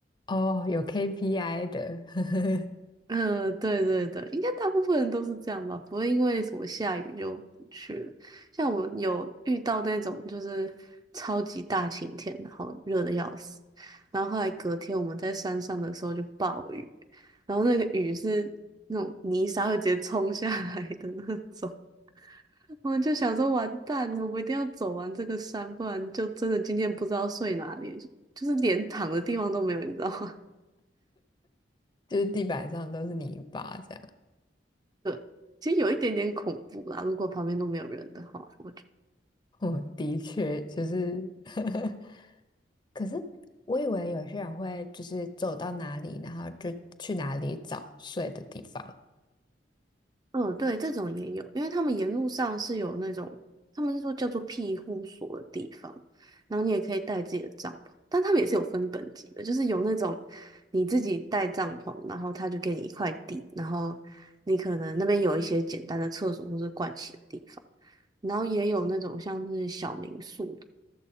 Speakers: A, on the left (about 25°); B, on the right (about 20°).
A: 哦，有 KPI 的，<laughs>
B: 嗯，对对对，应该大部分人都是这样吧，不会因为什么下雨就不去了。像我们有遇到那种就是超级大晴天，然后热的要死，然后后来隔天我们在山上的时候就暴雨，然后那个雨是那种泥沙会直接冲下来的那种，<laughs> 我们就想说完蛋了，我们一定要走完这个山，不然就真的今天不知道睡哪里，就是连躺的地方都没有，你知道吗？
A: 就是地板上都是泥巴这样。
B: <laughs> 其实有一点点恐怖啦，如果旁边都没有人的话。我
A: 我的确就是 <laughs> 可是我以为有些人会就是走到哪里，然后就去哪里找睡的地方，
B: 嗯，对，这种也有，因为他们沿路上是有那种，他们是说叫做庇护所的地方，然后你也可以带自己的帐篷，但他们也是有分等级的，就是有那种你自己带帐篷，然后他就给你一块地，然后你可能那边有一些简单的厕所或是盥洗的地方，然后也有那种像是小民宿的